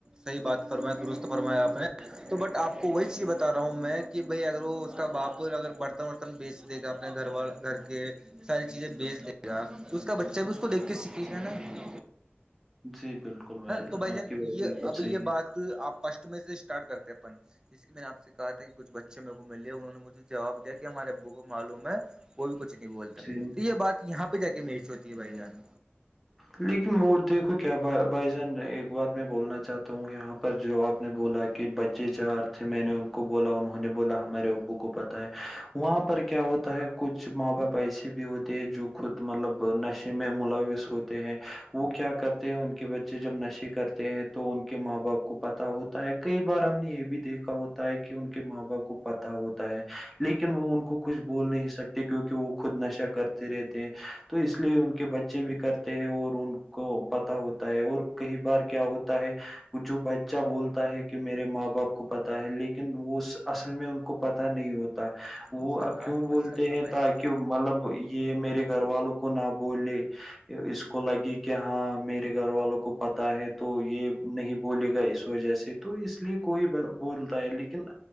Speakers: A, on the right; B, in the centre.
A: صحی بات فرمایا درست فرمایا آپ نے تو بٹ آپ کو وہی چیز بتا رہا ہوں میں کہ بھائی اگر وہ اس کا باپر اگر بڑھتا وڑھتا بیچ دے گا اپنے گھر وال گھر کے ساری چیزیں بیچ دے گا تو اس کا بچہ بھی اس کو دھ کس
B: جی
A: ہ
B: جی بالکل بھائی جان
A: تو بجن
B: آپ کی بات
A: یہ
B: بالکل
A: اب
B: صحیح
A: یہ
B: ہے
A: بات آپ پسٹ میں سے اسٹارٹ کرتے ہیں اپ جس کی میں نے آپ سے کہا تھا کہ کچھ بچے میرے کو ملے انہوں نے مجھے جواب دیا کہ ہمارے ابو کو معلوم ہے وہ بھی کچھ نہیں بولتا میں
B: جی
A: تو یہ بات یہاں پہ جا کے میش ہوتی ہے بھائی جانو
B: لیکن وہ دیکھو کیا ب بھائی جان ایک بات میں بولنا چاہتا ہوں یہاں پر جو آپ نے بولا کہ بچے چار تھے میں نے ان بولا انہوں نے بولا ہمارے ابو کو پتا ہے وہاں پر کیا ہوتا ہے کچھ ماں باپ ایسے بھی ہوتے ت جو خود مطلب نشے میں ملوث ہوتے ہیں وہ کیا کرتے ہیں ان کے بچے جب نشے کرتے ہیں تو ان کے ماں باپ کو پتا ہوتا ہے کئی بار ہم نے یہ بھی دیکھا ہوتا ہے کہ ان کے ماں باپ کو پتا ہوتا ہے لیکن وہ ان کو کچھ بول نہیں سکتے کیونکہ وہ خود نشہ کرتے رہتے ہیں تو اس لیے ان کے بچے بھی کرتے ہیں اور ان کو پتا ہوتا ہے اور کئی بار کیا ہوتا ہے جو بچہ بولتا ہے کہ میرے ماں باپ کو پتا ہے لیکن وہ اس اصل میں ان کو پتا نہیں ہوتا
A: جی
B: وہ
A: ماشاء اللہ
B: کیوں بولتے
A: ماشاء اللہ
B: ہیں
A: بھائی
B: ت
A: جان
B: کی مطلب یہ میرے گھر والوں کو نہ بولے اس کو لگے کہ ہاں میرے گھر والوں کو پتا ہے تو یہ نہیں بولے گا اس وجہ سے تو اس لیے کوئی بولتا ہے لیکن